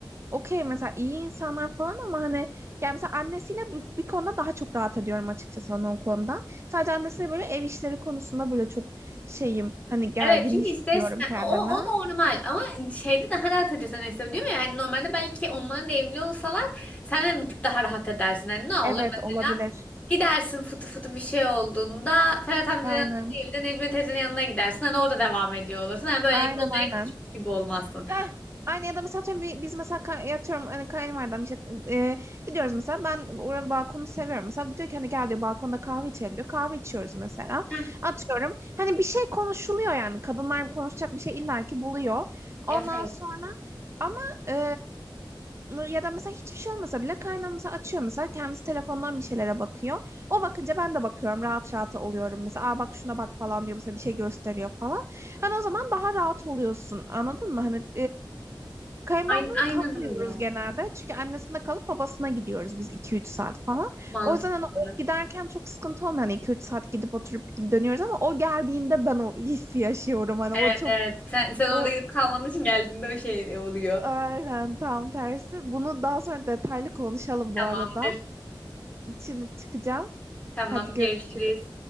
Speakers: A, on the right (about 35°); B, on the left (about 15°).
A: okey mesela iyi insanlar falan ama hani yani mesela annesiyle bir, bir konuda daha çok rahat ediyorum açıkçası hani o konuda. Sadece annesiyle böyle ev işleri konusunda böyle çok şeyim hani gergin
B: Evet çünkü
A: hissediyorum
B: istersen
A: kendimi.
B: o, o normal ama şeyde daha rahat ediyorsun istedim değil mi? Yani normalde belki onların da evli olsalar sen de bir tık daha rahat edersin. Hani ne olur
A: Evet
B: mesela
A: olabilir.
B: gidersin fıtı fıtı bir şey olduğunda Ferhat amcanın
A: Aynen.
B: yanına değil de Necmiye teyzenin yanına gidersin. Hani orada devam ediyor olursun. Hani böyle
A: Aynen
B: odaya
A: aynen.
B: kaçmış gibi olmazsın.
A: Heh, aynı ya da mesela atıyorum bir- biz mesela ka- yatıyorum hani kayınvalidem işte e, gidiyoruz mesela ben orada balkonu seviyorum mesela diyor ki hani gel diyor balkonda kahve içelim diyor kahve içiyoruz mesela
B: Heh,
A: atıyorum hani bir şey konuşuluyor yani kadınlar konuşacak bir şey illaki buluyor
B: evet.
A: ondan sonra ama e, ya da mesela hiçbir şey olmasa bile kaynağım mesela açıyor mesela kendisi telefondan bir şeylere bakıyor o bakınca ben de bakıyorum rahat rahat oluyorum mesela aa bak şuna bak falan diyor mesela bir şey gösteriyor falan Hani o zaman daha rahat oluyorsun. Anladın mı? Hani Kayınmamla
B: Aynen,
A: da
B: aynen
A: kalmıyoruz
B: öyle.
A: genelde. Çünkü annesinde kalıp babasına gidiyoruz biz iki üç saat falan.
B: Mantıklı.
A: O yüzden hani o giderken çok sıkıntı olmuyor. Hani 2-3 saat gidip oturup dönüyoruz ama o geldiğinde ben o hissi yaşıyorum. Hani o
B: Evet
A: çok
B: evet. Sen, sen orada
A: o
B: gidip kalmadığın için geldiğinde o şey oluyor.
A: aynen tam tersi. Bunu daha sonra detaylı konuşalım
B: Tamamdır.
A: bu arada. Şimdi çıkacağım.
B: Tamam
A: Hadi görüşürüz.
B: görüşürüz.